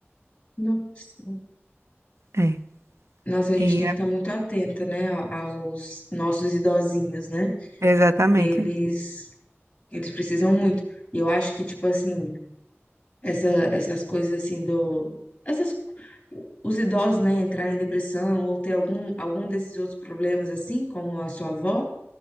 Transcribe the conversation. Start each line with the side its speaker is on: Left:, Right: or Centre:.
Left: Nossa.
Right: É.
Left: Nossa, a gente
Right: E
Left: tem que
Right: é-
Left: estar muito atenta, né, aos nossos idosinhos, né?
Right: exatamente.
Left: Eles, eles precisam muito. E eu acho que, tipo assim, essa, essas coisas assim do... Essas, os idosos, né, entrar em depressão ou ter algum, algum desses outros problemas, assim, como a sua avó,